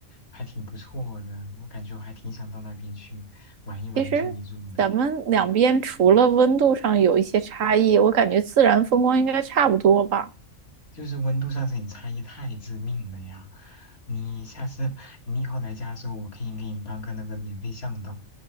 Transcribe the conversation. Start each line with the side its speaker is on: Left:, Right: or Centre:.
Left: 还挺不错的，我感觉我还挺想到那边去玩一玩、
Right: 其实咱们两边除了温度上有一些差异，
Left: 住一住的。嗯嗯。
Right: 我感觉自然风光应该差不多吧。
Left: 就是温度上是你差异太致命了呀！你下次你以后来家的时候，我可以给你当个那个免费向导，